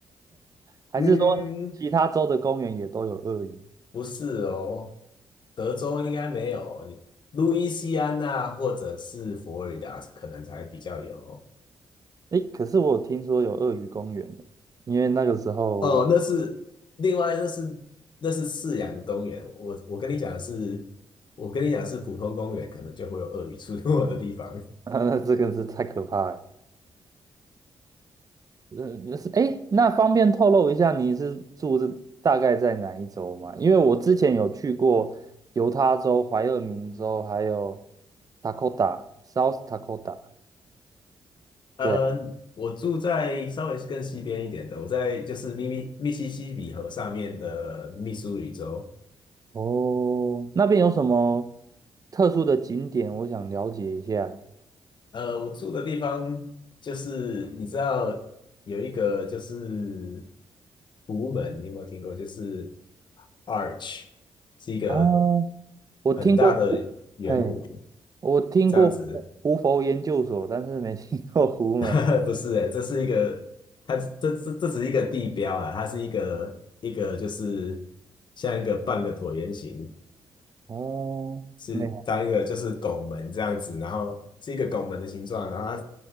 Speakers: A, on the right; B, on the left.
A: 还是说其他州的公园也都有鳄鱼？
B: 嗯，不是哦，德州应该没有，你路易斯安那或者是佛罗里达可能才比较有。
A: 哎，可是我有听说有鳄鱼公园耶，因为那个时候，
B: 哦，那是另外，那是那是饲养的公园。我我跟你讲的是，我跟你讲的是普通公园，可能就会有鳄鱼出没的地方。
A: <laughs> 那这个是太可怕了。嗯，是哎，那方便透露一下你是住的大概在哪一州吗？因为我之前有去过犹他州、怀俄明州，还有 Dakota、South Dakota。
B: 呃，
A: 对啊
B: 我住在稍微更西边一点的，我在就是密密密西西比河上面的密苏里州。
A: 哦，那边有什么特殊的景点？我想了解一下。
B: 呃，我住的地方就是你知道有一个就是湖门，你有没有听过？就是 Arch 是一个
A: 啊，我听过胡，
B: 很大的圆弧
A: 嘿，我听过胡胡佛研究所，
B: 这样子。
A: 但是没听过胡门
B: <laughs> 不是诶，这是一个，它这这这只是一个地标啊，它是一个一个就是像一个半个椭圆形，
A: <laughs>。哦，
B: 是当一个就是拱门这样子，
A: 没，
B: 然后是一个拱门的形状，然后